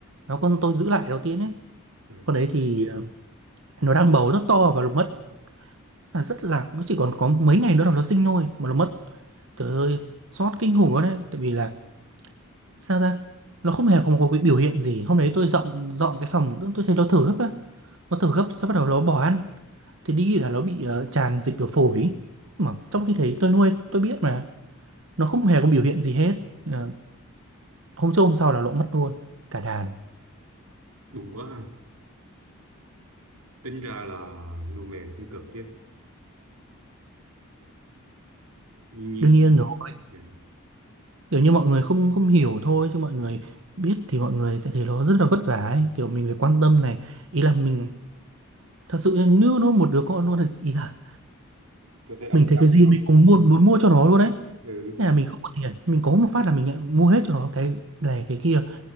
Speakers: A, on the right; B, on the right.
A: đó con tôi giữ lại đầu tiên ấy
B: ừ.
A: con đấy thì ờ, nó đang bầu rất to và nó mất À, rất là nó chỉ còn có mấy ngày nữa là nó sinh thôi mà nó mất trời ơi xót kinh khủng luôn đấy tại vì là sao ra nó không hề có một cái biểu hiện gì hôm đấy tôi dọn dọn cái phòng tôi thấy nó thở gấp á nó thở gấp sau bắt đầu nó bỏ ăn thì đi là nó bị ờ, tràn dịch ở phổi ý. mà trong khi đấy tôi nuôi tôi biết mà nó không hề có biểu hiện gì hết Ờ, hôm trước hôm sau là lỗ mất luôn cả đàn
B: buồn quá ha tính ra là nuôi mèo cũng cực chứ nhưng nhưng
A: đương nhiên rồi
B: ừ.
A: kiểu như mọi người không không hiểu thôi chứ mọi người biết thì mọi người sẽ thấy nó rất là vất vả ấy. kiểu mình phải quan tâm này ý là mình thật sự như nuôi một đứa con luôn ấy. ý là
B: tôi thấy ông
A: mình thấy
B: chăm
A: cái
B: nó
A: gì mình cũng muốn muốn mua cho nó luôn đấy
B: ừ
A: Thế là mình không có tiền mình có một phát là mình lại mua hết cho nó cái này cái kia